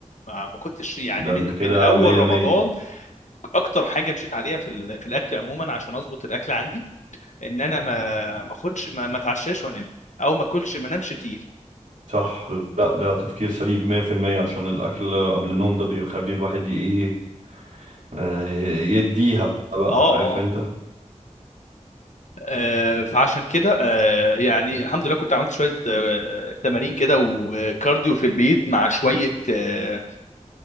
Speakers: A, on the left (about 70°); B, on the right (about 85°).
A: ما ما كنتش يعني
B: ده
A: من
B: انت كده
A: من اول
B: مية
A: رمضان
B: مية
A: اكتر حاجه مشيت عليها في ال- في الاكل عموما عشان اظبط الاكل عندي ان انا ما ما اخدش ما, ما اتعشاش وانام او ما اكلش ما انامش تقيل
B: صح لا ده تفكير سليم 100% عشان الأكل قبل النوم ده بيخلي الواحد إيه آه، يديها بقى
A: اه
B: عارف
A: اه
B: أنت
A: آه، فعشان كده آه، يعني الحمد لله كنت عملت شويه آه، تمارين كده وكارديو في البيت مع شويه آه،